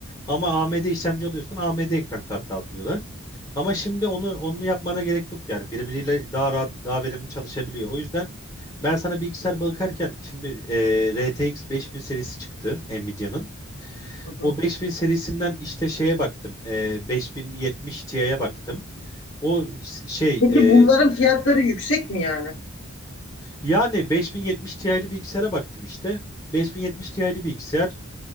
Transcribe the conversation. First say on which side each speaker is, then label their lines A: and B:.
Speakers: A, on the left; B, on the left.
A: Ama AMD işlemci alıyorsan AMD ekran kartı al diyorlar. Ama şimdi onu onu yapmana gerek yok yani. Birbiriyle daha rahat, daha verimli çalışabiliyor. O yüzden ben sana bilgisayar bakarken şimdi eee, RTX 5000 serisi çıktı Nvidia'nın.
B: Hı hı.
A: O 5000 serisinden işte şeye baktım. eee, 5070 Ti'ye baktım. O şey
B: Peki bunların
A: e,
B: fiyatları yüksek mi yani?
A: yani 5070 Ti'li bilgisayara baktım işte. 5070 Ti'li bilgisayar